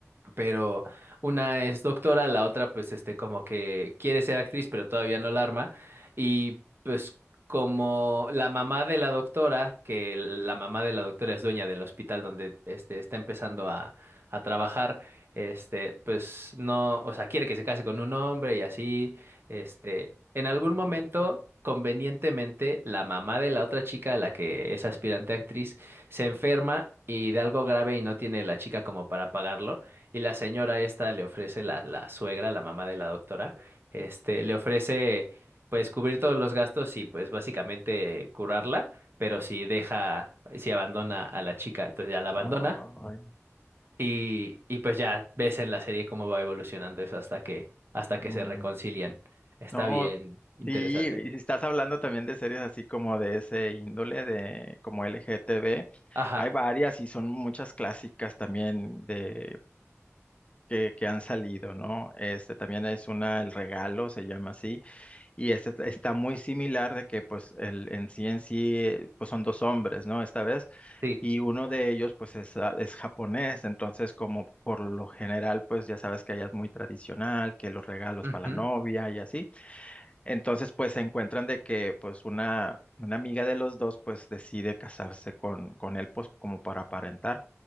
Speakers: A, on the right; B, on the left.
A: pero una es doctora, la otra pues este como que quiere ser actriz pero todavía no la arma y pues como la mamá de la doctora, que la mamá de la doctora es dueña del hospital donde este está empezando a, a trabajar, este pues no, o sea, quiere que se case con un hombre y así, este, en algún
B: Oh,
A: momento Convenientemente, la mamá de la otra chica, la que es aspirante a actriz, se enferma y de algo grave y no tiene la chica como para pagarlo. Y la señora esta le ofrece, la, la suegra, la mamá de la doctora, este, le ofrece pues cubrir todos los gastos y pues básicamente curarla, pero si deja, si abandona a la chica, entonces ya la abandona
B: ay,
A: y, y pues ya ves en la serie cómo va evolucionando eso hasta que, hasta
B: mm.
A: que se reconcilian. Está
B: No,
A: bien, interesante.
B: sí, y si estás hablando también de series así como de ese índole, de como L G T LGTB,
A: Ajá,
B: hay varias y son muchas clásicas también de que, que han salido, ¿no? Este también es una, El Regalo se llama así, y este t- está muy similar de que pues el en sí en sí, eh, pues son dos hombres, ¿no? Esta vez
A: sí.
B: Y uno de ellos, pues, es, ah, es japonés, entonces, como por lo general, pues, ya sabes que allá es muy tradicional, que los regalos
A: ujú,
B: para la novia y así. Entonces, pues, se encuentran de que, pues, una, una amiga de los dos, pues, decide casarse con, con él, pues, como para aparentar.